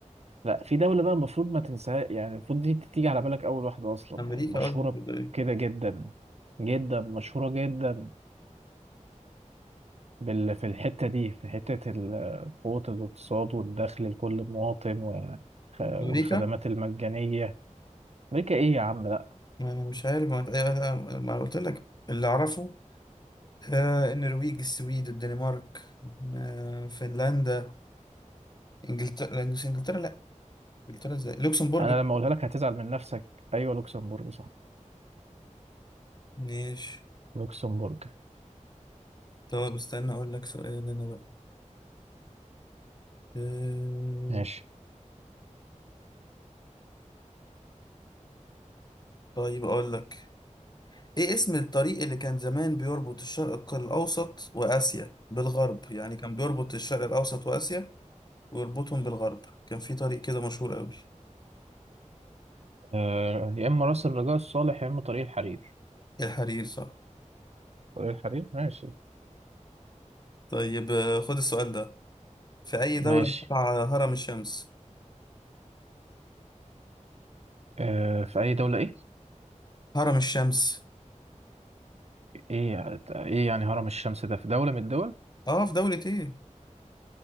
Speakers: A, on the right; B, on the left.
A: لا في دوله بقى المفروض ما تنساها يعني المفروض دي تيجي على بالك اول واحده اصلا
B: امريكا
A: يعني مشهوره
B: قصدك ولا إيه؟
A: كده جدا جدا مشهوره جدا بال في الحته دي في حته ال- قوه الاقتصاد والدخل لكل مواطن و- والخدمات
B: امريكا
A: المجانيه امريكا ايه يا عم
B: أنا مش عارف ما أنا- ما أنا قلت لك اللي أعرفه آه، النرويج السويد الدنمارك آه، فنلندا إنجلترا مش إنجلترا لأ إنجلترا إزاي لوكسمبورج
A: انا لما اقولها لك هتزعل من نفسك ايوه لوكسمبورج صح
B: ماشي
A: لوكسمبورج
B: طب استنى أقول لك سؤال أنا بقى آه،
A: ماشي
B: طيب أقول لك إيه اسم الطريق اللي كان زمان بيربط الشرق الأوسط وآسيا بالغرب يعني كان بيربط الشرق الأوسط وآسيا ويربطهم بالغرب كان في طريق كده مشهور أوي
A: آه يا اما راس الرجاء الصالح يا اما طريق الحرير
B: الحرير صح
A: طريق الحرير ماشي
B: طيب آه، خد السؤال ده في أي دولة
A: ماشي
B: تقع هرم الشمس
A: آه في اي دوله ايه
B: هرم الشمس
A: ايه يعني، ايه يعني هرم الشمس ده في دوله من الدول
B: اه في دولة ايه